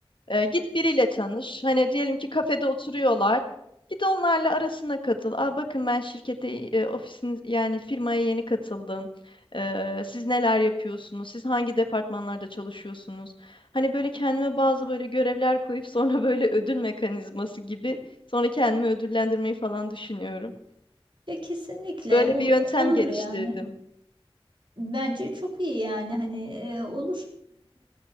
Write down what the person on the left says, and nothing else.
Ee, git biriyle tanış. Hani diyelim ki kafede oturuyorlar. Git onlarla arasına katıl. Aa, bakın ben şirkete, e, ofisiniz yani firmaya yeni katıldım. Ee, siz neler yapıyorsunuz? Siz hangi departmanlarda çalışıyorsunuz? Hani böyle kendime bazı böyle görevler koyup sonra <laughs> böyle ödül mekanizması gibi sonra kendimi ödüllendirmeyi falan düşünüyorum.
Böyle
bir yöntem
geliştirdim.